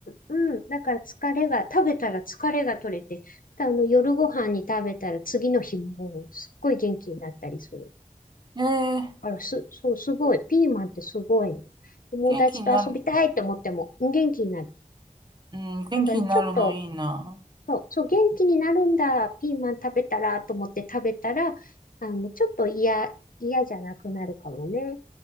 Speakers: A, on the left; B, on the right.
A: うん、だから疲れが、食べたら疲れが取れて、あの、夜ご飯に食べたら次の日もすっごい元気になったりする。
B: えー、
A: だからす、そう、すごい。ピーマンってすごいね。友達と遊びたいって思っても元気になる。
B: 元気になる、うん、元気になるのいいな。
A: だからちょっとそう、そう、元気になるんだ、ピーマン食べたら、と思って食べたら、あの、ちょっと嫌、嫌じゃなくなるかもね。